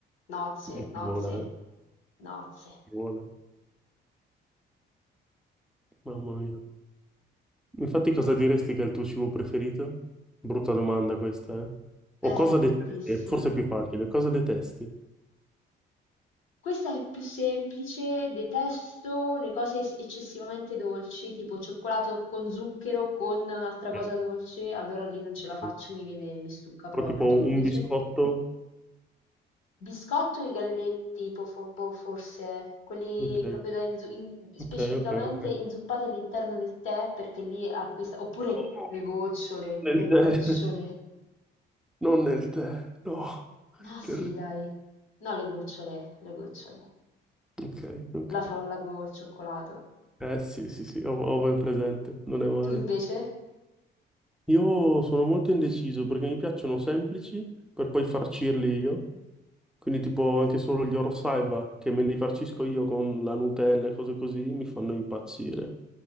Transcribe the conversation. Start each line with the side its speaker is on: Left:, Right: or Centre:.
Left: nozze,
Centre: Mi
Left: nozze,
Centre: ci vola, eh.
Left: nozze.
Centre: Ci vola. Mamma mia. Infatti cosa diresti che è il tuo cibo preferito? Brutta domanda questa, eh.
Left: È
Centre: O cosa
Left: bruttissima.
Centre: detesti? È forse più facile. Cosa detesti?
Left: Questa è più semplice, detesto le cose es- eccessivamente dolci, tipo cioccolato con zucchero con un'altra cosa
Centre: ok.
Left: dolce, allora lì non ce la faccio,
Centre: ok.
Left: mi viene, mi stucca proprio.
Centre: Però tipo
Left: Tu invece?
Centre: un biscotto?
Left: Biscotto e i galletti, po- fo- po- forse, eh. quelli
Centre: Ok,
Left: proprio da inzu- in- specificamente
Centre: ok, ok, ok.
Left: inzuppati all'interno del tè, perché lì acquista, oppure
Centre: No,
Left: le gocciole, le
Centre: nel
Left: gocciole.
Centre: tè, <laughs> non nel tè, no,
Left: No, sì,
Centre: terribile.
Left: dai. No, le gocciole, le gocciole.
Centre: Ok, ok.
Left: La frolla col cioccolato.
Centre: Eh sì, sì, sì, ho, ho ben presente, non è male.
Left: Tu invece?
Centre: Io sono molto indeciso perché mi piacciono semplici per poi farcirli io, quindi tipo anche solo gli Oro Saiwa che me li farcisco io con la Nutella e cose così mi fanno impazzire.